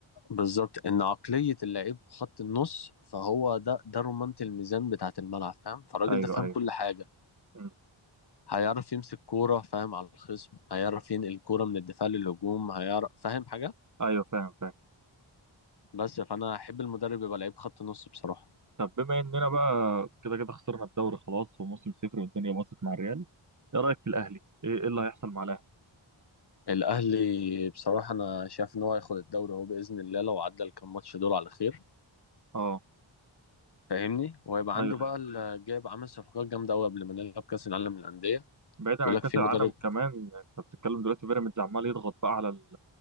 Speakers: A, on the left; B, on the right.
A: بالظبط ان عقلية اللعيب خط النص فهو ده ده رمانة الميزان بتاعة الملعب فاهم فالراجل
B: ايوه
A: ده فاهم
B: ايوه
A: كل حاجة
B: مم.
A: هيعرف يمسك كورة فاهم على الخصم هيعرف ينقل الكورة من الدفاع للهجوم هيعرف فاهم حاجة
B: ايوه فاهم فاهم
A: بس فانا احب المدرب يبقى لعيب خط نص بصراحة
B: طب بما اننا بقى كده كده خسرنا الدوري خلاص وموسم صفر والدنيا باظت مع الريال ايه رأيك في الاهلي ايه إيه اللي هيحصل مع الاهلي
A: الاهلي بصراحه انا شايف ان هو هياخد الدوري اهو باذن الله لو عدى الكام ماتش دول على خير
B: اه
A: فاهمني وهيبقى عنده
B: ايوه
A: بقى
B: ايوه
A: ال- جايب عامل صفقات جامده قوي قبل ما نلعب كاس العالم للانديه
B: بعيدا
A: بيقول
B: عن
A: لك
B: كاس
A: في
B: العالم
A: مدرب
B: كمان انت بتتكلم دلوقتي بيراميدز عمال يضغط بقى على ال-